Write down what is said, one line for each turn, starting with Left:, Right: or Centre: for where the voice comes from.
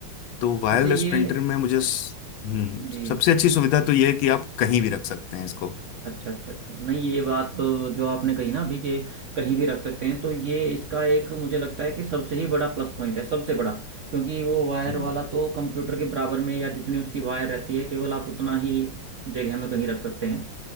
Left: तो वायरलेस
Right: अच्छा ये
Left: प्रिंटर में मुझे स- हम्म
Right: जी
Left: सबसे अच्छी सुविधा तो ये है कि आप कहीं भी रख सकते हैं इसको
Right: अच्छा अच्छा अच्छा नहीं ये बात तो जो आपने कही ना अभी कि कहीं भी रख सकते हैं तो ये इसका एक मुझे लगता है कि सबसे ही बड़ा प्लस पॉइंट है सबसे बड़ा क्योंकि वो वायर
Left: हम्म।
Right: वाला तो कंप्यूटर के बराबर में या जितनी उसकी वायर रहती है केवल आप उतना ही जगह में कहीं रख सकते हैं